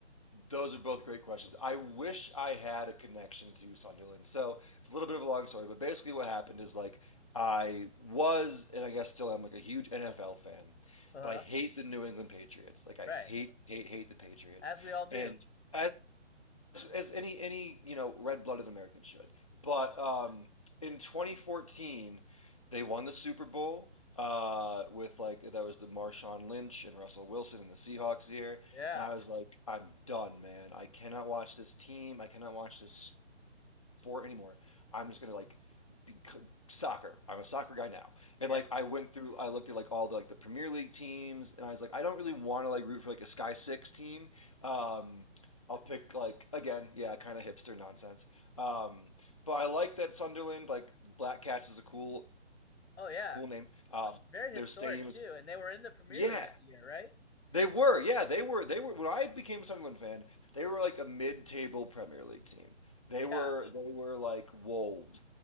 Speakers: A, on the left; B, on the left.
A: Those are both great questions. I wish I had a connection to Sunderland. So it's a little bit of a long story, but basically what happened is like I was, and I guess still am, like a huge NFL fan,
B: Uh huh.
A: but I hate the New England Patriots. Like I
B: Right.
A: hate, hate, hate the Patriots.
B: As we all do.
A: And as as, as any any you know red-blooded American should. But um, in 2014, they won the Super Bowl uh, with like that was the Marshawn Lynch and Russell Wilson and the Seahawks here,
B: Yeah.
A: and I was like, I'm done, man. I cannot watch this team. I cannot watch this sport anymore. I'm just gonna like be soccer. I'm a soccer guy now,
B: Yeah.
A: and like I went through, I looked at like all the like the Premier League teams, and I was like, I don't really want to like root for like a Sky Six team. Um, I'll pick like again, yeah, kind of hipster nonsense. Um, but I like that Sunderland, like Black Cats is a cool,
B: Oh, yeah.
A: cool name. Um,
B: Very
A: their
B: historic,
A: stadium is
B: too. And they were in the Premier
A: yeah,
B: League that year, right?
A: they were yeah, they were they were when I became a Sunderland fan, they were like a mid-table Premier League team. They
B: Yeah.
A: were they were like wolves